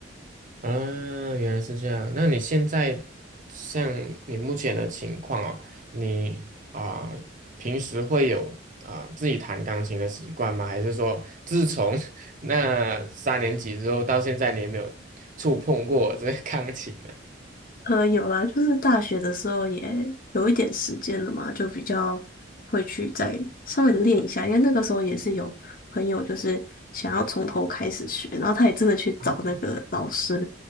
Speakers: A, on the right; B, on the left.
A: 啊，原来是这样。那你现在像你目前的情况哦，你啊、平时会有啊、自己弹钢琴的习惯吗？还是说，自从 <laughs> 那三年级之后到现在，你也没有触碰过这个钢琴呢？
B: 呃，有啦，就是大学的时候也有一点时间了嘛，就比较会去再稍微的练一下，因为那个时候也是有朋友就是想要从头开始学，然后他也真的去找那个老师，
A: 啊，